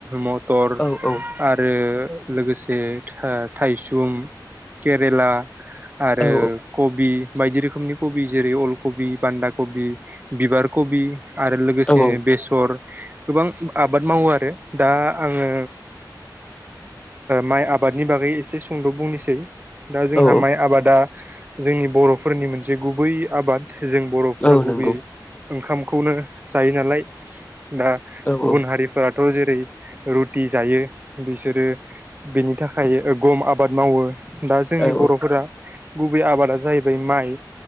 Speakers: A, on the right (about 25°); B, on the left (about 15°).
A: मटर
B: औ औ
A: आरो लोगोसे थाइसुम केरेला आरो
B: औ
A: कबि बायदि रोखोमनि कबि जेरै अलकबि बान्दा कबि बिबार कबि आरो लोगोसे
B: औ औ
A: बेसर गोबां आबाद मावो आरो दा आङो माइ आबादनि बागै एसे सुंद' बुंनोसै दा जोंहा
B: औ
A: माइ आबादा जोंनि बर'फोरनि मोनसे गुबै आबाद जों बर'फोरा
B: औ
A: गुबैयै
B: नंगौ
A: ओंखामखौनो जायो नालाय दा
B: औ
A: गुबुन
B: औ
A: हारिफोरा थ' जेरै रुटि जायो बिसोरो बिनि थाखाय गम आबाद मावो दा जोंनि
B: औ
A: बर'फोरा गुबै आबादा जाहैबाय माइ